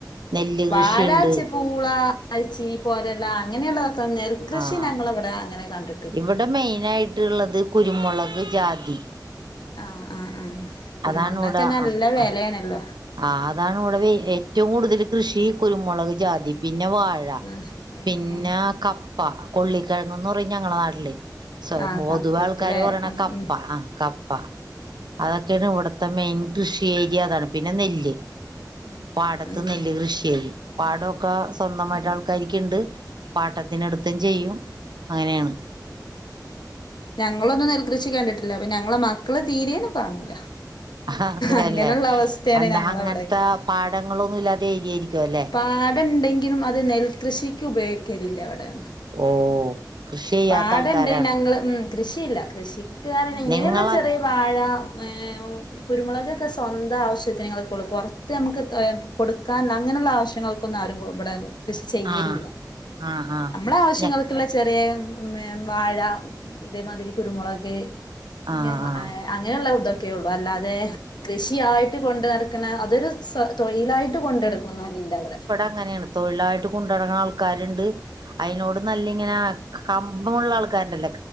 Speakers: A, on the right; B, on the left.
A: നെല്ല് കൃഷിയുണ്ട്
B: വാഴ ച്ചിപൂ. പുള മരച്ചിനി പോലെയുള്ള അങ്ങനെയുള്ളതൊക്കെ നെൽകൃഷി
A: ആഹ്
B: ഞങ്ങളവിടെ അങ്ങനെ കണ്ടി
A: ഇവിടെ മെയിനായിട്ടുള്ളത് കുരുമുളക് ജാതി.
B: ആഹ് ആഹ് ആഹ് കുരുമുളകിനൊക്കെ
A: അതാണ് ഇവിടെ
B: നല്ല
A: ആഹ്
B: വിലയാണല്ലോ.
A: ആഹ് ആഹ് അതാണ് ഇവിടെ ഏറ്റവും കൂടുതൽ കൃഷി കുരുമുളക് ജാതി. പിന്നെ വാഴ
B: ആഹ് ആഹ് ഏഹ്
A: പിന്നെ
B: ഏഹ്
A: കപ്പ കൊള്ളിക്കിഴങ്ങ്ന്ന് പറയും ഞങ്ങളെ നാട്ടില്. സൊ
B: ആഹ്
A: പൊതുവെ
B: കപ്പയ്ക്ക്
A: ആൾക്കാര്
B: ലെ
A: പറയണ
B: ഉം
A: കപ്പ
B: ഉം
A: ആഹ് കപ്പ. അതൊക്കെയാണ് ഇവിടത്തെ മെയിൻ കൃഷി ഏരിയ അതാ പിന്നെ നെല്ല്
B: നെല്ല്
A: പാടത്ത്
B: ആഹ്
A: നെല്ല് കൃഷി ചെയ്യും
B: നെല്ല്
A: പാടൊക്ക.
B: ആഹ്
A: സ്വന്തമായിട്ട് ആൾക്കാരിക്കുണ്ട് പാട്ടത്തിനെടുത്തും ചെയ്യും അങ്ങനെയാണ്.
B: ഞങ്ങളൊന്നും നെൽകൃഷി കണ്ടിട്ടില്ല അപ്പ ഞങ്ങളെ മക്കള് തീരേനും കാണൂല.
A: അതെല്ലേ
B: അങ്ങനെയുള്ള അവസ്ഥയാണ്
A: എന്താ
B: ഞങ്ങളവിടെയൊക്കെ
A: അങ്ങനത്തെ പാഠങ്ങളൊന്നും ഇല്ലാ ത്ത ഏരിയായിരിക്കും അല്ലെ.
B: പാടണ്ടെങ്കിലും അത് നെൽകൃഷിക്ക് ഉപയോഗിക്കലില്ല ഇവിടെ.
A: ഓ കൃഷി ചെയ്യാത്ത
B: പാടണ്ട്
A: ആൾക്കാരാണ്
B: ഞങ്ങള് ഉം കൃഷിയില്ല കൃഷിക് ഇങ്ങനെയുള്ള
A: നിങ്ങള
B: ചെറിയ. വാഴ ഈഹ് കുരുമുളകക്കെ സ്വന്തം ആവശ്യത്തിന് ങ്ങൾക്കള്ളൂ പുറത്ത് നമുക്ക് കൊടുക്കൻ അങ്ങനെയുള്ള ആവശ്യ ങ്ങൾക്കൊന്നും ആരും ഇവിടെ കൃഷി ചെയ്യലില്ല
A: ആഹ് ആഹ് ആഹ്
B: നമ്മളെ ആവശ്യങ്ങൾ
A: ഞ
B: ക്കുള്ള ചെറിയ വാഴ ഇതേമാതിരി കുരുമുളക്
A: ആഹ്
B: ഏഹ്
A: ആഹ്
B: അങ്ങനെയുള്ള ഇതൊക്കെ ഉള്ളൂ അല്ലാതെ കൃഷിയായിട്ട് കൊണ്ട് നടക്കുന്ന അതൊരു സ തൊഴിലായിട്ട് കൊണ്ട് നാടക്കണന്നുംല്ല ഇവിടെ.
A: അങ്ങനേണ് തൊഴിലായിട്ട് കൊണ്ട് നടക്കണ ആൾക്കാരുണ്ട് അയിനോട് നല്ല ഇങ്ങനെ കമ്പമുള്ള ആൾക്കാരുണ്ടല്ല